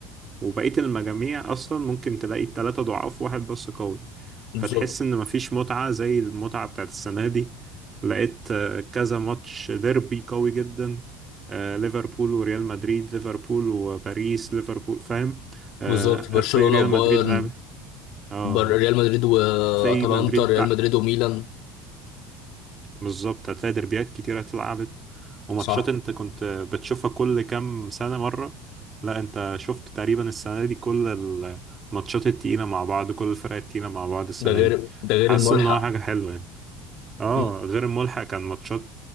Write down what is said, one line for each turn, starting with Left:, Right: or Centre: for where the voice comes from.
Right: وبقية المجاميع أصلا ممكن تلاقي التلاتة ضعاف واحد بس قوي
Left: بالظبط
Right: فتحس إن مفيش متعة زي المتعة بتاعت السنة دي لقيت آه، كذا ماتش ديربي قوي جدا آه، ليفربول وريال مدريد ليفربول وباريس ليفربول فاهم آه،
Left: بالظبط
Right: هتلاقي
Left: برشلونه
Right: ريال
Left: وبايرن
Right: مدريد لعب اه
Left: بر... ريال مدريد واتلانتا
Right: هتلاقي مدريد
Left: ريال مدريد وميلان
Right: بالظبط هتلاقي دربيات كتيرة اتلعبت وماتشات
Left: صح
Right: انت كنت بتشوفها كل كام سنة مرة لا انت شفت تقريبا السنة دي كل الماتشات التقيلة مع بعض كل الفرق التقيلة مع بعض السنة
Left: ده غير
Right: دي
Left: ده غير
Right: حاسس
Left: الملحق
Right: ان هو حاجة حلوة يعني اه
Left: مم.
Right: غير الملحق كان ماتشات